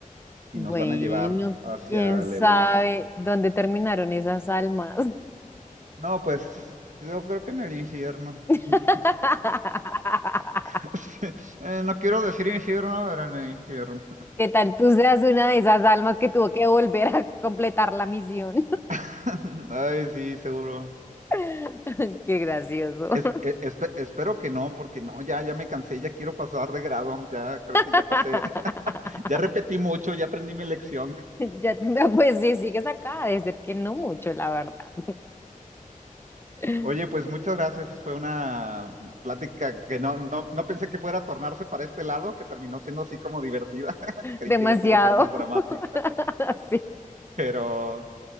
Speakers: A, on the right; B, on the left.
A: y
B: Bueno,
A: nos van a llevar hacia
B: quién sabe
A: la evolución.
B: dónde terminaron esas almas.
A: No, pues yo creo que en el infierno.
B: <laughs>
A: <laughs> <laughs> Eh, no quiero decir infierno, era en el infierno.
B: ¿Qué tal tú seas una de esas almas que tuvo que volver a completar la misión?
A: <laughs> Ay, sí, seguro.
B: <laughs> Qué gracioso.
A: Es- e- espe- espero que no, porque no, ya, ya me cansé, ya quiero pasar de grado, ya creo
B: <laughs>
A: que ya pasé, <laughs> ya repetí mucho, ya aprendí mi lección.
B: Ya, te- pues sí, sigues acá, de ser que no mucho, la verdad. <laughs>
A: Oye, pues muchas gracias, fue una plática que no, no, no pensé que fuera a tornarse para este lado, que terminó siendo así como divertida, <laughs> creí
B: Demasiado.
A: que iba iba a ser más dramática,
B: <laughs> Sí.
A: pero,